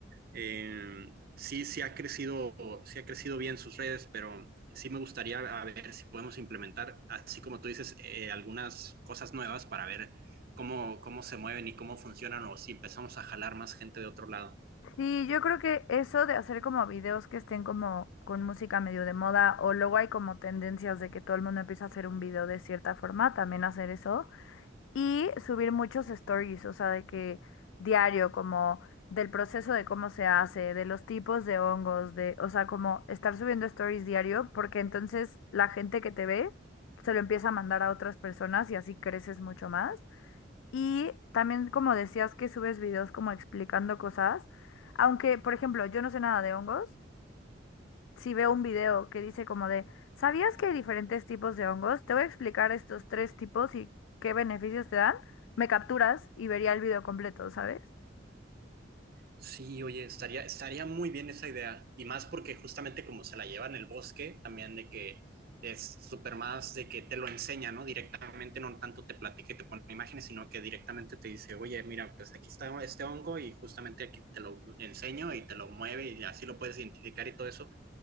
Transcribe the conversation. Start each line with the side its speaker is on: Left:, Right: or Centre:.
Right: Eh, sí, sí ha crecido, sí ha crecido bien sus redes, pero sí me gustaría a ver si podemos implementar, así como tú dices, eh, algunas cosas nuevas para ver cómo, cómo se mueven y cómo funcionan o si empezamos a jalar más gente de otro lado.
Left: Sí, yo creo que eso de hacer como videos que estén como con música medio de moda o luego hay como tendencias de que todo el mundo empieza a hacer un video de cierta forma, también hacer eso. y subir muchos stories, o sea, de que diario, como del proceso de cómo se hace, de los tipos de hongos, de, o sea, como estar subiendo stories diario, porque entonces la gente que te ve se lo empieza a mandar a otras personas y así creces mucho más. Y también, como decías, que subes videos como explicando cosas, aunque, por ejemplo, yo no sé nada de hongos si veo un video que dice como de, ¿sabías que hay diferentes tipos de hongos? Te voy a explicar estos tres tipos y qué beneficios te dan. Me capturas y vería el video completo, ¿sabes?
Right: Sí, oye, estaría, estaría muy bien esa idea. Y más porque justamente como se la lleva en el bosque, también de que es súper más de que te lo enseña, ¿no? Directamente, no tanto te platica y te pone imágenes, sino que directamente te dice, oye, mira, pues aquí está este hongo y justamente aquí te lo enseño y te lo mueve y así lo puedes identificar y todo eso.